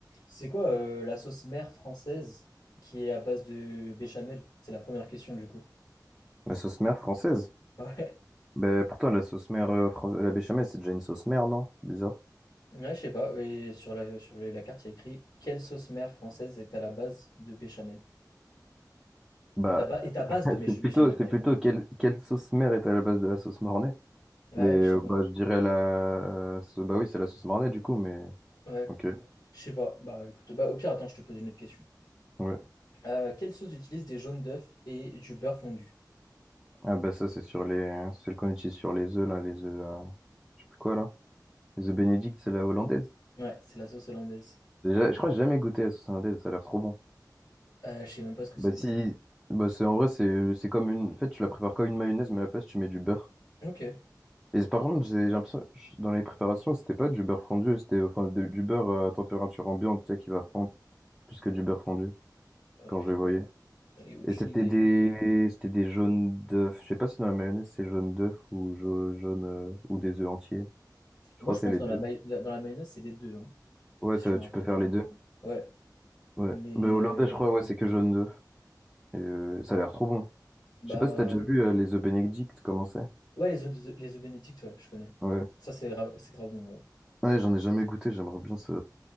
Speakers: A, on the left; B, in the centre.
A: C'est quoi euh, la sauce mère française qui est à base de béchamel? C'est la première question du coup.
B: La sauce mère française?
A: <laughs>
B: Ben, pourtant, la sauce mère euh, française, la béchamel, c'est déjà une sauce mère, non? Bizarre.
A: Ouais, ouais, je sais pas. Et sur la, sur le- la carte, il y a écrit quelle sauce mère française est à la base de béchamel?
B: Bah,
A: Est à, ba- est à base
B: <laughs>
A: de mé-
B: c'est
A: béchamel,
B: plutôt, c'est
A: pardon.
B: plutôt quelle, quelle sauce mère est à la base de la sauce mornay?
A: Ouais,
B: Mais euh,
A: je sais pas.
B: bah, je dirais la. ce- Bah oui, c'est la sauce mornay du coup, mais.
A: Ouais,
B: Ok.
A: je sais pas. Bah écoute, bah au pire, attends, je te pose une autre question.
B: Ouais.
A: Euh, quelle sauce utilise des jaunes d'œufs et du beurre fondu?
B: Ah bah ça, c'est sur les. C'est le qu'on utilise sur les œufs, là, les œufs. euh, Je sais plus quoi, là. Les œufs bénédicts, c'est la hollandaise.
A: Ouais, c'est la sauce hollandaise.
B: J'ai ja- Je crois que j'ai jamais goûté la sauce hollandaise, ça a l'air trop bon.
A: Euh, je sais même pas ce que c'est.
B: Bah si. Bah c'est en vrai, c'est c'est comme une. En fait, tu la prépares comme une mayonnaise, mais à la place, tu mets du beurre.
A: Ok.
B: Et par contre, j'ai j'ai l'impression, je- dans les préparations, c'était pas du beurre fondu, c'était enfin de- du beurre euh, à température ambiante, tu sais, qui va fondre, plus que du beurre fondu,
A: Euh,
B: quand je les voyais.
A: j'en ai aucune
B: Et c'était
A: idée.
B: des, c'était des jaunes d'œufs. Je sais pas si dans la mayonnaise, c'est jaune d'œuf ou jau- jaune, euh, ou des œufs entiers. Je
A: Moi,
B: crois
A: je
B: que
A: pense
B: c'est les
A: que dans
B: deux.
A: la, maille- dans la mayonnaise, c'est les deux. hein.
B: Ouais,
A: si
B: ça,
A: je me
B: tu
A: rappelle
B: peux faire
A: bien.
B: les deux.
A: Ouais,
B: Ouais.
A: mais
B: Mais hollandais,
A: euh,
B: je crois, ouais, c'est que jaune d'œuf. Et euh, ça a l'air trop bon.
A: bah
B: Je sais pas si t'as déjà vu euh, les œufs Benedict, comment c'est?
A: ouais, les œufs les œufs Benedict, ouais, je connais.
B: Ouais.
A: Ça c'est ra- c'est grave bon, ouais.
B: Ouais, j'en ai jamais goûté, j'aimerais bien ça.